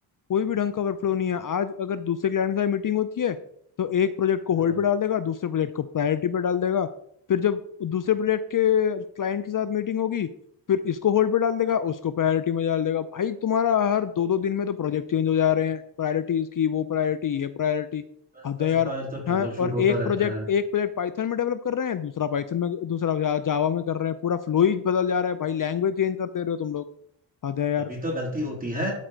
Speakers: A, on the left (about 40°); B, on the right (about 15°).
A: कोई भी ढंग का वर्क फ्लो नहीं है आज अगर दूसरे क्लाइंट के साथ मीटिंग होती है तो एक प्रोजेक्ट को होल्ड
B: हाँ
A: पे डाल देगा दूसरे प्रोजेक्ट को प्रायोरिटी पे डाल देगा फिर जब दूसरे प्रोजेक्ट के क्लाइंट के साथ मीटिंग होगी फिर इसको होल्ड पे डाल देगा उसको प्रायोरिटी में डाल देगा भाई तुम्हारा हर दो दो दिन में तो प्रोजेक्ट चेंज हो जा रहे हैं प्रायोरिटीज की वो प्रायोरिटी ये प्रायोरिटी
B: दस
A: हद
B: दस
A: है यार
B: बार तो
A: हाँ
B: ट्रबल
A: और
B: शूट
A: एक
B: होता
A: प्रोजेक्ट
B: रहता है
A: एक प्रोजेक्ट पाइथन में डेवलप कर रहे हैं दूसरा पाइथन में दूसरा जावा में कर रहे हैं पूरा फ्लो ही बदल जा रहा है भाई लैंग्वेज चेंज कर दे रहे हो तुम लोग हद है यार
B: तभी तो गलती होती है